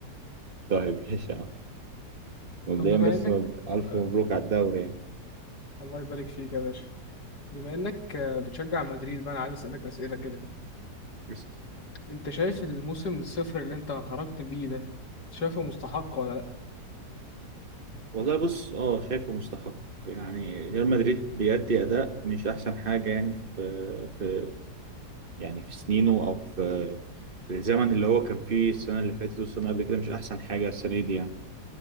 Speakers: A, on the right; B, on the left.
A: طيب <laughs> ماشي يا عم. مبدئيا
B: طب بما
A: بس
B: انك
A: الف
B: آه
A: مبروك على الدوري يعني
B: الله يبارك فيك يا باشا بما انك آه بتشجع مدريد بقى انا عايز اسالك اسئلة كده
A: بس.
B: انت شايف الموسم الصفر اللي انت خرجت بيه ده شايفه مستحق ولا لا
A: والله بص اه شايفه مستحق يعني ريال مدريد بيأدي اداء مش احسن حاجة يعني في في يعني في سنينه او في الزمن اللي هو كان فيه السنة اللي فاتت والسنة قبل كده مش أحسن حاجة السنة دي يعني